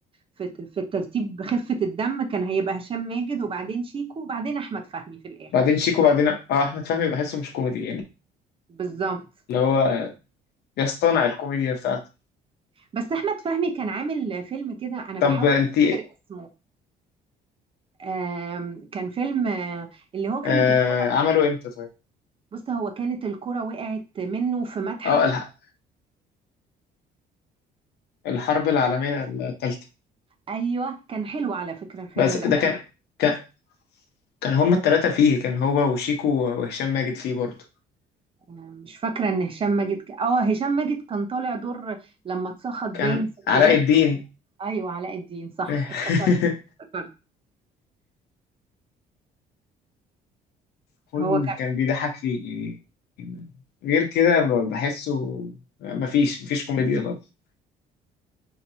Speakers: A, on the right (about 30°); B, on the left (about 75°).
A: في في الترتيب بخفة الدم كان هيبقى هشام ماجد وبعدين شيكو وبعدين احمد فهمي في الاخر
B: بعدين شيكو بعدين اه أحمد فهمي بحسه مش كوميدي يعني
A: بالظبط
B: اللي هو يصطنع الكوميديا بتاعته
A: بس احمد فهمي كان عامل فيلم كده انا
B: طب
A: بحاول
B: أنت
A: افتكر اسمه آم، كان فيلم آه، اللي هو كانت
B: آه
A: الكرة
B: عملوا إمتى طيب؟
A: بص هو كانت الكرة وقعت منه في متحف
B: اه الح- الحرب العالمية الثالثة
A: ايوه كان حلو على فكرة الفيلم
B: بس
A: ده
B: ده كان كان كان هما التلاتة فيه كان هو وشيكو وهشام ماجد فيه برضه
A: مش فاكرة ان هشام ماجد ك... اه هشام ماجد كان طالع دور لما اتسخط باين
B: كان
A: سندباد
B: علاء الدين
A: ايوه علاء الدين صح
B: <laughs>
A: افتكرت افتكرت
B: كون
A: هو كان
B: كان بيضحك فيه يعني غير كده ب- بحسه مفيش مفيش كوميديا خالص